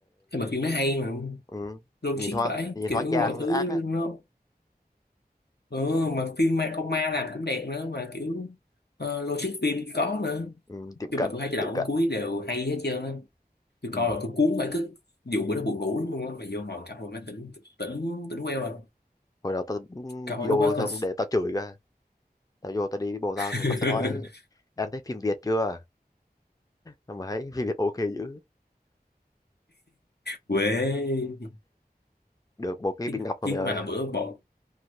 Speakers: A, on the left; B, on the left.
A: Nhưng mà phim nó hay mà,
B: ừ,
A: logic
B: nhìn hoa
A: vãi,
B: nhìn
A: kiểu
B: hóa trang
A: mọi thứ
B: ác á
A: nó... Ừ, mà phim ma, con ma làm cũng đẹp nữa, mà kiểu ờ, logic phim có nữa
B: ừ, tiệm
A: chứ
B: cận
A: mà tôi thấy từ đầu
B: tiệm
A: đến
B: cận
A: cuối đều hay hết trơn á tôi
B: ừ.
A: coi là tôi cuốn phải cứ dù bữa đó buồn ngủ lắm luôn á mà vô ngồi coi mà tỉnh tỉnh tỉnh queo à
B: hồi đó tao ừ,
A: coi
B: vô
A: lúc đó
B: xong
A: coi
B: để tao chửi cơ tao vô tao đi với bồ tao
A: <laughs>
B: mà tao sẽ nói em thấy phim Việt chưa nhưng mà thấy phim Việt ok dữ
A: quê
B: được một cái
A: chứ,
B: bình ngọc thôi
A: chứ
B: mày ơi
A: mà bữa bộ